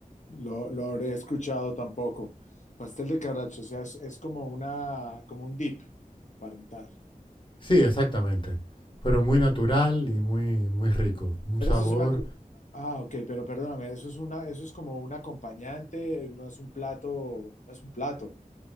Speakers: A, on the left; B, on the left.
A: lo, lo habré escuchado tampoco. Pastel de cabracho, o sea, es, es como una, como un dip para untar.
B: Sí, exactamente. Pero muy natural y muy, muy rico. Un
A: Pero
B: sabor
A: eso es una, co- ah, ok, pero perdóname, eso es una, eso es como un acompañante, no es un plato, no es un plato.